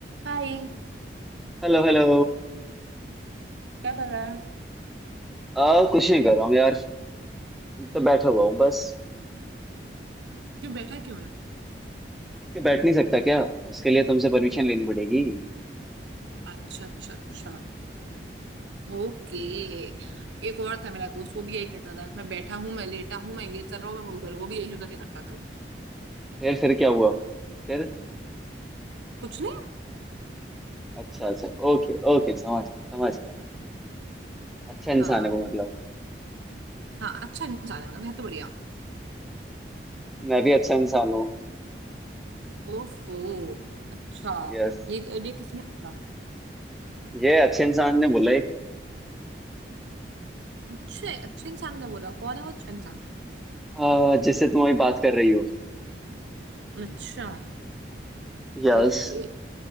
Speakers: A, on the right; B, in the centre.
A: हाय
B: Hello hello
A: क्या कर रहा है
B: आ कुछ नहीं कर रहा हूँ यार तो बैठा हुआ हूँ बस
A: क्यों बैठा क्यों है
B: कि बैठ नहीं सकता क्या उसके लिए तुमसे परमिशन लेनी पड़ेगी
A: अच्छा अच्छा अच्छा ओके एक और था मेरा दोस्त वो भी यही कहता था मैं बैठा हूँ मैं लेटा हूँ मैं ये कर रहा हूँ मैं वो कर रहा हूँ। वो भी यही हरकतें करता था
B: फिर फिर क्या हुआ फिर
A: कुछ नहीं
B: अच्छा अच्छा ओके ओके समझ समझ गया अच्छा इंसान
A: हाँ
B: है वो मतलब
A: हाँ अच्छा इंसान है मतलब है तो बढ़िया
B: मैं भी अच्छा इंसान हूँ
A: ओफो अच्छा
B: यस
A: ये ये किसने बोला
B: ये अच्छे इंसान ने बोला एक
A: अच्छा अच्छे इंसान ने बोला कौन है वो अच्छा इंसान
B: आ, जिससे तुम अभी बात कर रही हो
A: अच्छा
B: यस
A: ओके